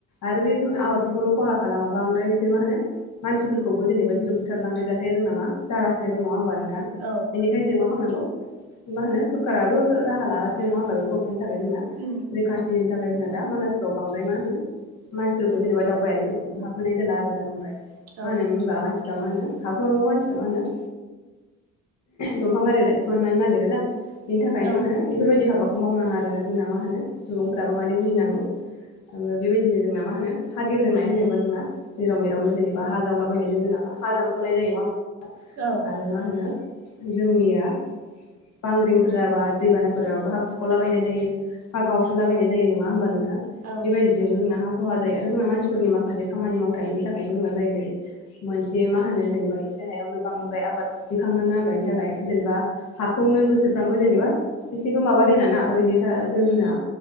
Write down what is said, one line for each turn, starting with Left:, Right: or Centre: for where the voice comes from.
Left: आरो बे जोंनि आबाद बेफोरखौल' खहा खालामा बांद्राय बिसोर मा होनो मानसिफोरखौबो जेनेबा बिसोरो बुथारलांनाय जाथाय जों नामा जागसिनो दं नङा होनोमबा नोंथां?
Right: औ
Left: बेनिखायनो जों मा खालामनांगौ मा होनो सरकाराबो राहा लागासिनो नङा होमबा बेखौबथनि थाखाय जोंना
Right: उम।
Left: रैखाथिनि थाखाय जोङो दा मानासफ्राव बांद्राय मा होनो मानसिफोरखौ जेनेबा दावबायारिफोरखौबो हाबहोनाय जाला आरोना बांद्राय
Right: औ
Left: मा होनो होनबा मानसि फ्रा मा होनो हाबहोआबाबो मानसिफ्रा मा होनो ओ दंफां आरि लायखुमानो नागिरोना? बिनि थाखायनो
Right: औ
Left: बेफोरबायदि हाबाखौ मावनाङा आरोना जोंना मा होनो सुबुंफ्राबो माने बुजिनांगौ। ओफ्राय बेबायदिनो जोंना मा होनो हा गेब्रंनाय होनोबा जोंना जेराव मेरावनो जेनेबा हा जावलाबायनाय जों नामा हा जामख'नाय जायो नङा
Right: औ
Left: आरो मा होनो जोंनिया बांग्रिंफोर जाबा दैबानाफोर जाबाबो हा खुरखावलाबायनाय जायो। हा गावस्राला बायनाय जायो नङा होमबा नोंथां
Right: औ
Left: बेबायदि जोंनो जोंना हा खहा जायो आरो जोंना मानसिफोरनि माखासे खामानि मावथायनि थाखायबो जोंना जायो। जेरै मोनसे मा होनो जेनेबा एसे हायावनो बांद्राय आबाद दिखांनो नागिरनायनि थाखाय जेनेबा हाखौनो बोसोरफ्रामबो जेनेबा एसेबो माबा दोना ना ओरैनो दा जोंना